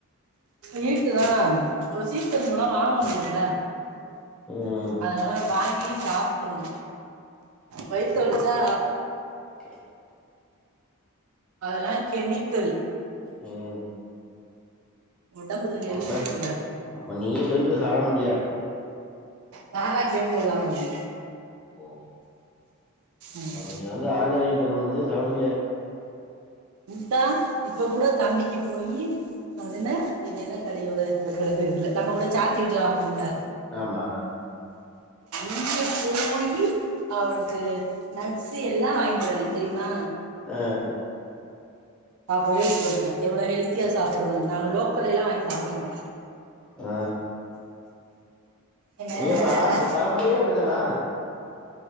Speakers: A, on the right (about 65°); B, in the centre.
A: ஹீட்டுதா ஒரு சீசன் போனா வாங்க முடியிலல்ல
B: ம்
A: அதனால வாங்கி சாப்றனு வயித்த வலிச்சா
B: டடக்
A: அதெல்லா கெமிக்கல்
B: ம்
A: உடம்புக்கு எல்த்
B: அப்ப
A: இல்ல
B: அப்ப நீ தெருஞ்சா சாப்ட மாட்டியா
A: நாலா கெமிக்கல் சாப்ட மாட்ட
B: ஓ
A: ம்
B: அப்ப நீ வந்து ஆர்கானிக்கு முள் மட்டுந்தா சாப்புடுவிய
A: இதா இப்ப கூட தம்பிக்கி போயி அது என்ன இது என்ன கடையோட இந்த கட பேரு தெரியில நம்ம கூட சாக்லேட்லா வாங்குவோம்ல
B: ஆமா
A: இங்க போயி அவனுக்கு நட்ஸு எல்லா வாங்கிட்டு வற தெரியுமா
B: அ அ
A: பாப் போயிட்டு இருக்குற எவ்ளோ ஹெல்த்தியா
B: சேரி
A: சாப்புறோனு நாங்க லோக்கலயெல்லா வாங்கி சாப்ட மாட்டோ
B: அ
A: என்ன
B: நீ ஆரம்ப பரம்பரையே அப்டித்தானா <inaudible>